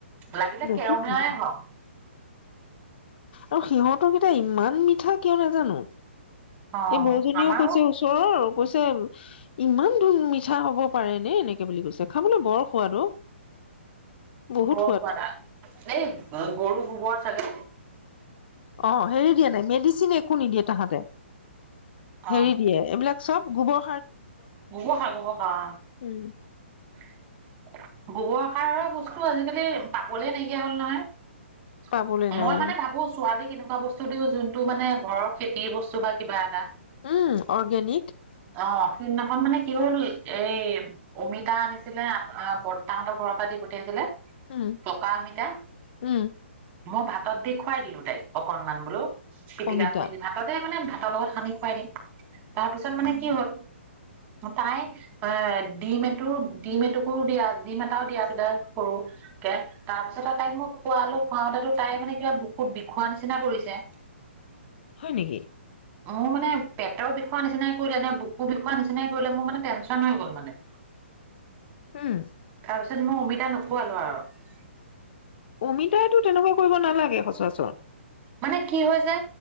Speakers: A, on the right; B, on the left.
A: লাগিলে
B: বহুত
A: কেৱনাই
B: ধুনীয়া
A: হওক
B: আৰু সিহঁতকেইটা ইমান মিঠা কিয় নাজানো এই
A: অ
B: বৌজনীও
A: আমাৰো
B: কৈছে ওচৰৰ কৈছে ইমান ধূল মিঠা হব পাৰে নে এনেকে বুলি কৈছে খাবলৈ বৰ সোৱাদ অ বহুত
A: বৰ
B: সোৱাদ
A: খোৱাাদা এ গৰু গ বৰ চাগে
B: অ হেৰি দিয়া নাই মেডিচিন একো নিদিয়ে তাহাঁতে।
A: অ
B: হেৰি দিয়ে এইবিলাক চব গোবৰ
A: গোবৰ সাৰ। গোবৰ সাৰ।
B: উম
A: গোবৰ সাৰ হৈ বস্তু আজিকালি পাবলে নাইকিয়া হ'ল নহয়
B: পাবলৈ নাই
A: মই
B: আৰু
A: মানে ভাবো ছোৱালী কি এনেকুৱা বস্তু দিও যোনটো মানে ঘৰ খেতিৰ বস্তু বা কিবা এটা
B: উম অৰ্গেনিক
A: অ সিদিনাখন মানে কি হল এই অমিতা আনিছিলে। আ বৰতাহঁতৰ ঘৰৰ পৰা দি পঠিয়াইছিলে
B: উম
A: পকা অমিতা
B: উম
A: মই ভাতত দি খুৱাই দিলো তাইক অকনমান বোলো পিটিকা
B: অমিতা
A: কৰি দি ভাততে মানে ভাত লগত সানি খুৱাই দিম তাৰ পিছত তাৰমানে কি হ'ল তাই এ ডিম এটু ডিম এটুকো দিয়া ডিম এটাও দিয়া আছিলে সৰুকে তাৰপিছত আৰু তাইক মই খুৱালো খুৱাওঁতেতো তাই মানে কিবা বুকুত বিষোৱা নিচিনা কৰিছে
B: হয় নেকি
A: মোৰ মানে পেটৰ বিষৰ নিচিনাই কৰিলে এনে বুকু বিষৰ নিচিনাই কৰিলে মোৰ মানে টেনচন হৈ গ'ল মানে
B: উম
A: তাৰ মই অমিতা নোখোৱালো আৰু
B: অমিতাই তো তেনেকুৱা কৰিব নালাগে সঁচ ৰাচৰ
A: মানে কি হয় যে